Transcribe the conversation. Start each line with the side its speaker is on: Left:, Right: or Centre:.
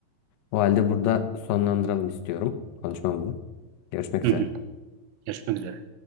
Left: O halde burada sonlandıralım istiyorum konuşmamızı. Görüşmek üzere.
Right: Hı hı. Görüşmek üzere.